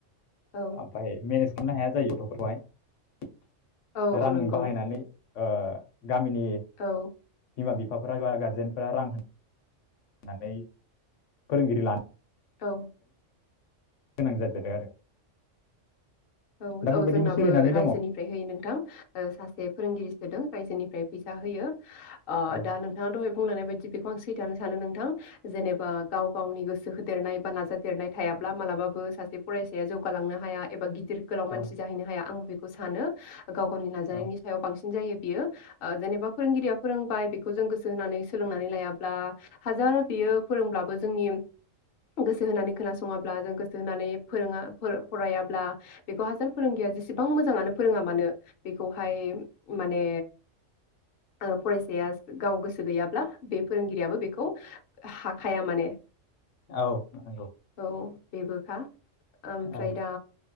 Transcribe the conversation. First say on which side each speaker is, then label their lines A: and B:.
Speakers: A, on the left; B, on the left.
A: औ
B: आमफाय मेेनेस खालामनो हाया जायो गथ'फोरखौहाय
A: औ औ
B: रां
A: नंगौ
B: बाहायनानै आ गामिनि
A: औ
B: बिमा बि फाफोरा गारजेनफोरा रां होनानै फोरोंगिरि लानो
A: औ‌
B: गोनां जादेरो आरो
A: औ
B: दा
A: औ
B: बेबायदिनो
A: जोंनाबो
B: सोलिनानै
A: रायजोनिफ्राय
B: दङ औ
A: होयो नोंथां अ सासे फोरोंगिरि सोदों रायजोनिफ्राय फैसा होयो आ
B: औ
A: दा नोंथाङा दहाय बुंलांनाय बायदि बेखौ आं सैथानो सानो नोंथां जेनेबा गाव गावनि गोसो होदेरनाय बा नाजादेरनाय थायाब्ला मालाबाबो सासे फरायसाया जौगालांनो हाया एबा गिदिर गोलाव मानसि
B: औ
A: जाहैनो हाया आं बेखौ खौ सानो गाव गावनि नाजानायनि
B: औ
A: सायाव बांसिन जायो बियो आ जेनेबा फोरोंगिरिया फोरोंबाय बेखौ जों गोसो होनानै सोलोंनानै लायाब्ला हाजार बियो फोरोंब्लाबो जोंनि गोसो होनानै खोनासङाब्ला जों गोसो होनानै फोरोङा फरायाब्ला बेखौ हाजार फोरोंगिरिया जेसेबां मोजाङानो फोरोङा मानो बेखौहाय माने अ फरायसाया गाव गोसो गैयाब्ला बे फोरोंगिरियाबो बेखौ हाखाया माने।
B: औ नंगौ।
A: औ बेबोखा ओमफ्राय
B: औ
A: दा